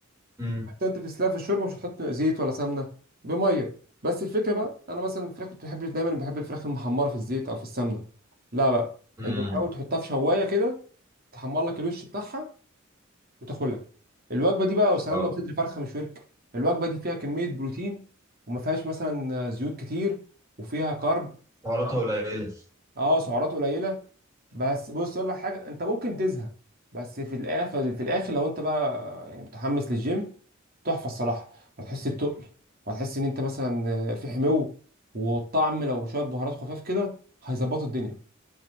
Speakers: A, on the right (about 15°); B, on the right (about 50°).
A: امم
B: انت انت بتسلقها في الشوربه مش هتحط زيت ولا سمنه بميه بس الفكره بقى انا مثلا الفراخ كنت بحب دايما بحب الفراخ المحمره في الزيت او في السمنه لا بقى
A: امم
B: انت تحاول تحطها في شوايه كده تحمر لك الوش بتاعها وتاكلها الوجبه دي بقى وسلام
A: اه
B: لو صدر فرخه مش ورك الوجبه دي فيها كميه بروتين وما فيهاش مثلا زيوت كتير وفيها كارب
A: سعراتها قليلة
B: اه سعرات قليله بس بص اقول لك حاجه انت ممكن تزهق بس في الاخر في الاخر لو انت بقى يعني متحمس للجيم تحفه الصراحه هتحس بتقل وهتحس ان انت مثلا في حمو والطعم لو شويه بهارات خفاف كده هيظبطوا الدنيا